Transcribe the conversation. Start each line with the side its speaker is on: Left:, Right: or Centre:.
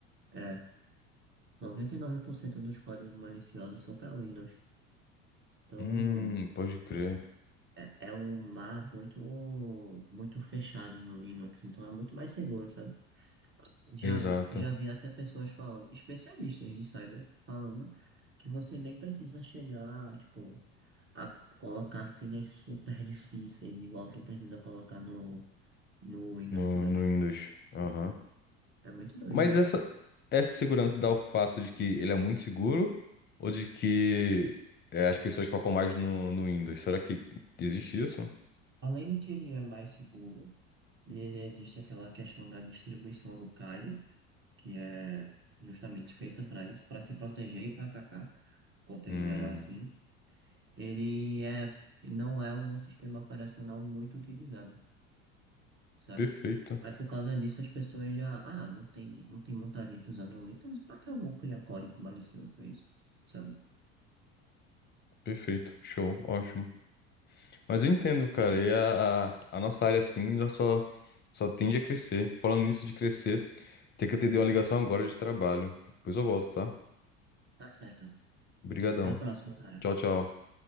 Right: é, 99% dos códigos maliciosos são para Windows. Então,
Left: Hum, pode crer.
Right: é, é um mar muito, muito fechado no Linux, então é muito mais seguro, sabe? Já,
Left: Exato.
Right: já vi até pessoas falando, especialistas de cyber, falando que você nem precisa chegar, tipo, a colocar senhas super difíceis, igual tu precisa colocar no, no Windows,
Left: No,
Right: por exemplo.
Left: no Windows. Aham.
Right: É muito doido
Left: Mas
Right: isso.
Left: essa, essa segurança dá o fato de que ele é muito seguro ou de que é, as pessoas focam mais no, no Windows? Será que existe isso?
Right: Além de que ele é mais seguro, e existe aquela questão da distribuição do Kali, que é justamente feita para isso, para se proteger e para atacar, contexto
Left: Hum,
Right: geral assim. Ele é, não é um sistema operacional muito utilizado. sabe?
Left: perfeito,
Right: Aí por causa disso as pessoas já, ah, não tem, não tem muita gente usando link, mas pra que eu vou criar código malicioso pra isso, sabe?
Left: perfeito, show, ótimo. Mas eu entendo, cara, e a, a, a nossa área assim já só, só tende a crescer. Falando nisso de crescer, tem que atender uma ligação agora de trabalho. Depois eu volto, tá?
Right: Tá certo.
Left: Obrigadão.
Right: Até a próxima, cara.
Left: Tchau, tchau.